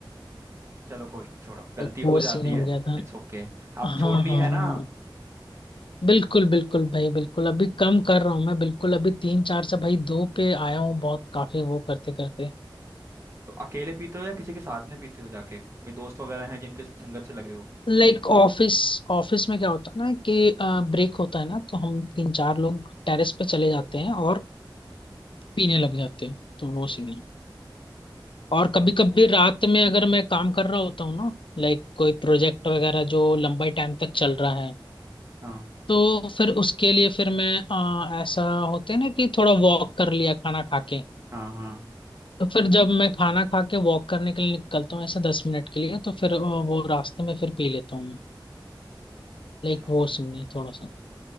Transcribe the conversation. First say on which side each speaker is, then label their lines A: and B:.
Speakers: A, on the right; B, on the left.
A: चलो कोई नहीं छोड़ो गलती
B: एक वो
A: हो जाती
B: सीन हो
A: है
B: गया था
A: It's okay आप
B: हाँ
A: छोड़नी
B: हाँ <laughs> हाँ
A: है ना
B: बिल्कुल बिल्कुल भाई बिल्कुल अभी कम कर रहा हूँ मैं बिल्कुल अभी तीन चार से भाई दो पे आया हूँ बहुत काफी वो करते करते
A: तो अकेले पीते हो या किसी के साथ में पीते हो जाके कोई दोस्त वगैरह हैं जिनके संगत से लगे हो
B: लाइक ऑफिस ऑफिस में क्या होता है ना कि ब्रेक होता है ना तो हम तीन चार लोग टेरेस पे चले जाते हैं और पीने लग जाते हैं तो वो सीन और कभी
A: हम्म।
B: कभी रात में अगर मैं काम कर रहा होता हूँ ना लाइक कोई प्रोजेक्ट वगैरह जो लंबे टाइम तक चल रहा है
A: हाँ
B: तो फिर उसके लिए फिर मैं आ, ऐसा होते हैं ना कि थोड़ा वॉक कर लिया खाना खा के
A: हाँ हाँ
B: तो फिर जब मैं खाना खा के वॉक करने के लिए निकलता हूँ ऐसे दस मिनट के लिए तो फिर अ, वो रास्ते में फिर पी लेता हूँ मैं लाइक
A: अच्छा
B: वो सीन है थोड़ा सा